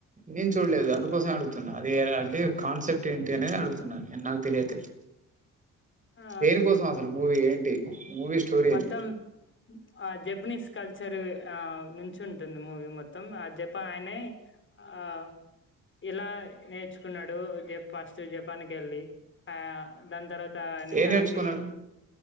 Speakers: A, on the right; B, on the left.
A: నేను చూడలేదు అందుకోసమే అడుగుతున్నా అదేరా అంటే కాన్సెప్ట్ ఏంటి అనేది అడుగుతున్నాను నేను నాకు తెలియక
B: ఆ
A: దేనికోసం అసలు మూవి ఏంటి మూవీ స్టోరీ
B: మొత్తం
A: ఏంటి
B: ఆ జబ్ జపెనీస్ కల్చర్ ఆ నుంచి ఉంటుంది మూవీ మొత్తం ఆ జపాన్ ఆయనే ఆ ఎలా నేర్చుకున్నాడు జ ఫస్ట్ జపాన్ కి వెళ్ళి ఆ దాని తర్వాత నీ
A: ఏం
B: ఫ్యామిలీ
A: నేర్చుకున్నాడు